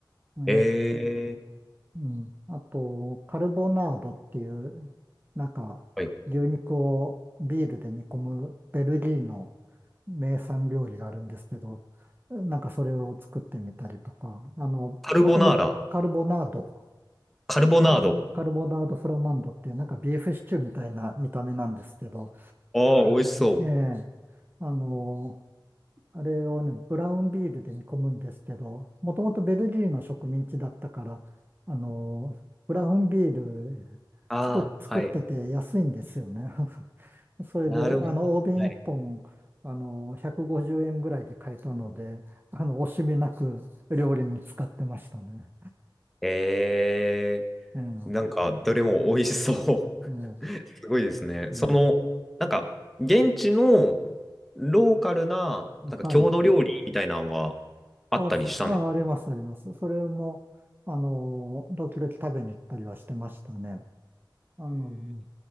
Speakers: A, on the right; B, in the centre.
A: ええ
B: ええ
A: うん。あと、カルボナードっていう、なんか、
B: はい。
A: 牛肉をビールで煮込むベルギーの名産料理があるんですけど、なんかそれを作ってみたりとか、あの、
B: カルボナーラ、
A: もともカルボナード、
B: カルボナード。
A: カルボ、カルボナードフラマンドっていう、なんかビーフシチューみたいな見た目なんですけど、
B: ああ、美味しそう。
A: ええ、あの、あれをね、ブラウンビールで煮込むんですけど、もともとベルギーの植民地だったから、あの、ブラウンビール
B: ああはい。
A: 作、作ってて安いんですよね。<laughs> それで、
B: なるほど。
A: あの、大瓶1本、
B: はい。
A: あの、150円ぐらいで買えたので、あの、惜しみなく料理に使ってましたね。
B: ええ
A: ええ、
B: なんか、どれも美味しそ
A: え
B: う。<laughs> すごいですね。
A: え、
B: その、
A: うん。
B: なんか、現地のローカルな、なんか郷土料理みたいなのは
A: はい。
B: あったりしたんです
A: あ、そあ、あります、あります。それも、あの、時々食べに行ったりはしてましたね。あの、